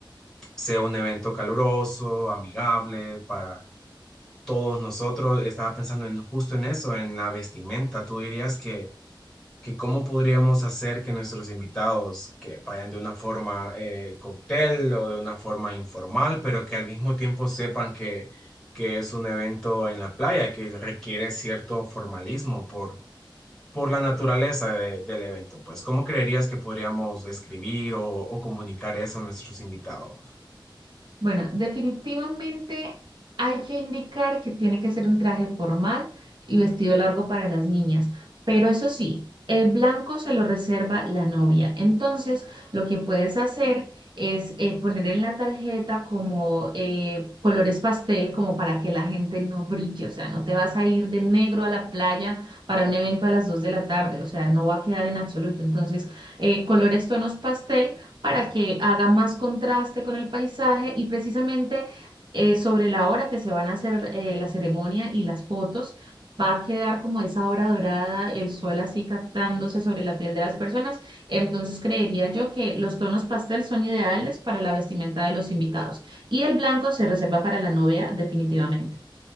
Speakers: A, in the centre; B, on the right.
A: sea un evento caluroso, amigable para todos nosotros. Estaba pensando en justo en eso, en la vestimenta. ¿Tú dirías que que cómo podríamos hacer que nuestros invitados que vayan de una forma eh, cóctel o de una forma informal, pero que al mismo tiempo sepan que, que es un evento en la playa, que requiere cierto formalismo por, por la naturaleza de- del evento. Pues, ¿cómo creerías que podríamos describir o, o comunicar eso a nuestros invitados?
B: Bueno, definitivamente hay que indicar que tiene que ser un traje formal y vestido largo para las niñas, pero eso sí, el blanco se lo reserva la novia. Entonces, lo que puedes hacer es eh, poner en la tarjeta como eh, colores pastel, como para que la gente no brille, o sea, no te vas a ir de negro a la playa para un evento a las 2 de la tarde, o sea, no va a quedar en absoluto. Entonces, eh, colores tonos pastel para que haga más contraste con el paisaje y precisamente eh, sobre la hora que se van a hacer eh, la ceremonia y las fotos, va a quedar como esa hora dorada, el sol así captándose sobre la piel de las personas. Entonces creería yo que los tonos pastel son ideales para la vestimenta de los invitados y el blanco se reserva para la novia definitivamente.